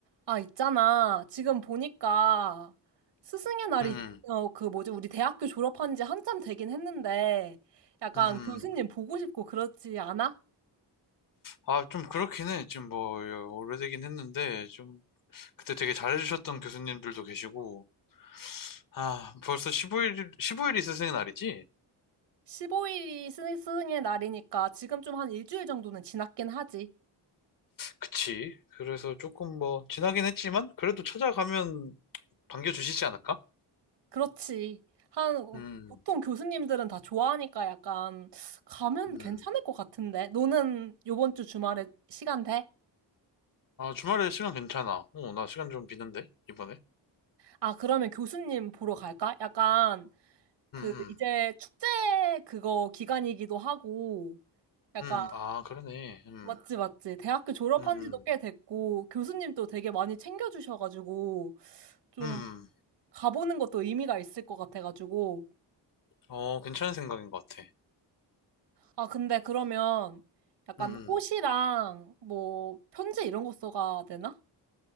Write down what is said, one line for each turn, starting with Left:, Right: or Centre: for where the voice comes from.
Right: 아, 있잖아. 지금 보니까 스승의 날이,
Left: 음,
Right: 어, 그 뭐지, 우리 대학교 졸업한 지 한참 되긴 했는데, 약간
Left: 음, 음.
Right: 교수님 보고 싶고 그렇지 않아?
Left: 아, 좀 그렇긴 해. 지금 뭐, 여- 오래되긴 했는데, 좀, 그때 되게 잘해주셨던 교수님들도 계시고, 아, 벌써 15일, 15일이 스승의 날이지?
Right: 15일이 스승, 스승의 날이니까 지금 좀 한 일주일 정도는 지났긴 하지.
Left: 그치. 그래서 조금 뭐, 지나긴 했지만, 그래도 찾아가면 반겨주시지 않을까?
Right: 그렇지. 한, 어,
Left: 음,
Right: 보통 교수님들은 다 좋아하니까 약간 가면
Left: 음.
Right: 괜찮을 것 같은데. 너는 요번 주 주말에 시간 돼?
Left: 아, 주말에 시간 괜찮아. 어, 나 시간 좀 비는데, 이번에.
Right: 아, 그러면 교수님 보러 갈까? 약간 그
Left: 음,
Right: 이제 축제 그거 기간이기도 하고 약간
Left: 음, 음. 아, 그러네. 음,
Right: 맞지 맞지 대학교 졸업한
Left: 음,
Right: 지도 꽤
Left: 음.
Right: 됐고 교수님도 되게 많이 챙겨주셔가지고 좀
Left: 음.
Right: 가보는 것도 의미가 있을 것 같아가지고
Left: 어, 괜찮은 생각인 것 같아.
Right: 아 근데 그러면 약간
Left: 음, 음.
Right: 옷이랑 뭐 편지 이런 거 써가 되나?